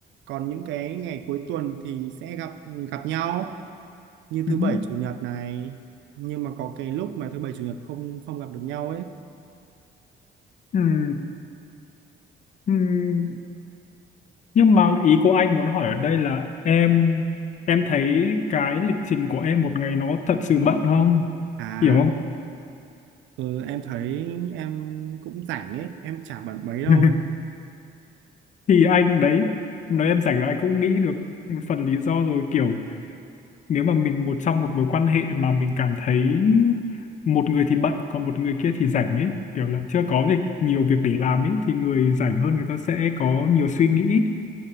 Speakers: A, on the right; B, on the left.
A: còn những cái ngày cuối tuần thì sẽ gặp gặp nhau như
B: ừm,
A: thứ bảy chủ nhật này nhưng mà có cái lúc mà thứ bảy chủ nhật không không gặp được nhau ấy
B: ừm, ừm. Nhưng mà ý của anh muốn hỏi ở đây là em em thấy cái lịch trình của em một ngày nó thật sự bận không?
A: à
B: Hiểu không?
A: ừ, em thấy em cũng rảnh ấy em chả bận mấy đâu
B: <laughs>
A: ấy
B: Thì anh đấy, nói em rảnh là anh cũng nghĩ được một phần lý do rồi kiểu nếu mà mình một trong một mối quan hệ mà mình cảm thấy một người thì bận còn một người kia thì rảnh ấy, kiểu là chưa có việc nhiều việc để làm ấy thì người rảnh hơn người ta sẽ có nhiều suy nghĩ,